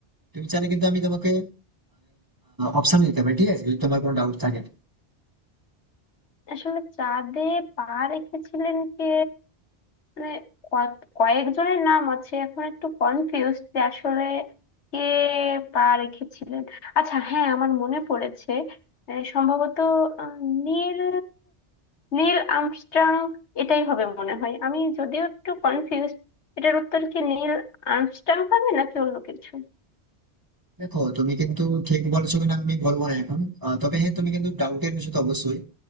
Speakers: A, on the right; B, on the left.
A: তুমি চাইলে কিন্তু আমি তোমাকে অপশন দিতে পারি ঠিক আছে যদি তোমার কোনো ডাউট থাকে
B: আসলে চাঁদে পা রেখেছিলেন কে মানে কত- কয়েকজনের নাম আছে এখন একটু কনফিউজ যে আসলে কে পা রেখেছিলেন আচ্ছা হ্যাঁ আমার মনে পড়েছে আহ, সম্ভবত আহ, নীল নীল আর্মস্ট্রং এটাই হবে মনে হয় আমি যদিও একটু কনফিউজ এটার উত্তর কি নীল আর্মস্ট্রং হবে নাকি অন্য কিছু
A: দেখো তুমি কিন্তু ঠিক বলছো কিনা আমি বলবো না এখন আহ, তবে হ্যাঁ তুমি কিন্তু ডাউটের বিষয় তো অবশ্যই